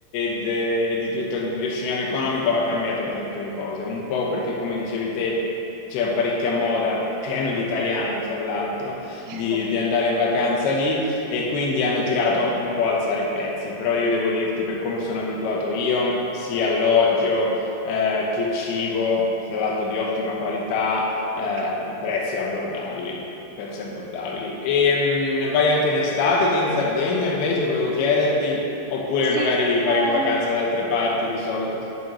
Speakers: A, on the left; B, on the right.
A: e de- e di tutto lo scenario economico ha cambiato parecchio le cose. Un po' perché, come dicevi te, c'è parecchia moda, pieno di italiani, fra l'altro,
B: <laughs>
A: di, di andare in vacanza lì e quindi hanno tirato un po' a alzare i prezzi. Però io devo dirti, per come sono abituato io, sia alloggio eh, che cibo, fra l'altro di ottima qualità eh,
B: Ok,
A: prezzi abbordabili, prezzi abbordabili. E mh, vai anche in estate, te in Sardegna invece, volevo chiederti, oppure
B: sì,
A: magari
B: eh,
A: vai in vacanza da altre parti di solito.